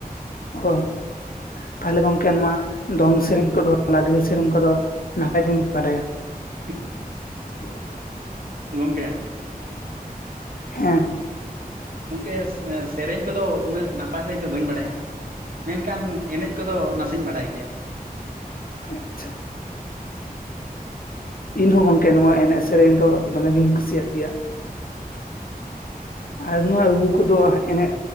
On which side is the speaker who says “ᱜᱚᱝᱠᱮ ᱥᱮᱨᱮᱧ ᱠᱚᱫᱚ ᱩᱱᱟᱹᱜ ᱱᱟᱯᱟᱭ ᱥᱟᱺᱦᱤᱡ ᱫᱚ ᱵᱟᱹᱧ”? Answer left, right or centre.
Right